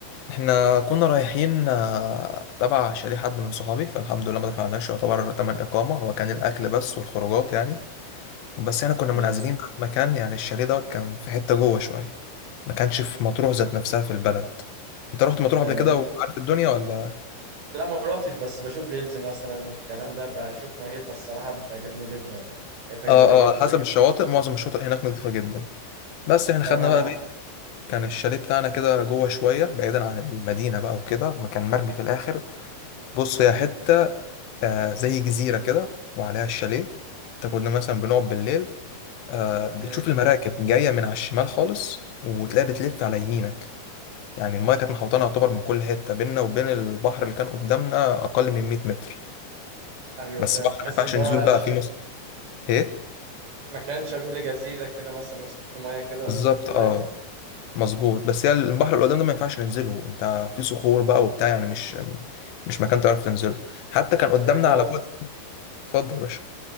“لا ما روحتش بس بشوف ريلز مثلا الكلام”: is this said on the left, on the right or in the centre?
Right